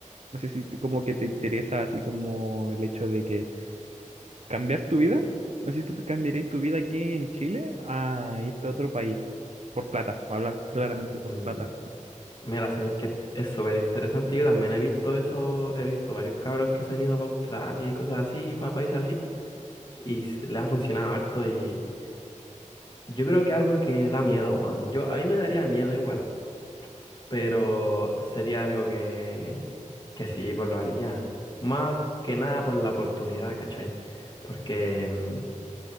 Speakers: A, on the right (about 55°); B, on the left (about 35°).
A: No sé si te- como que te interesa así como el hecho de que cambiar tu vida. No sé si tú te cambiarías tu vida aquí en Chile a irte a otro país por plata, habla claramente
B: Mm,
A: por plata,
B: mira, sabéis que es súper interesante. Yo también he visto eso, he visto varios cabros que se han ido para Australia y cosas así, para países así. Y s- le ha funcionado harto. Y yo creo que algo que da miedo, Juan. Yo, a mí me daría miedo igual, pero sería algo que, que sí, pues lo haría. Más que nada por la oportunidad, ¿cachai? Porque. mm,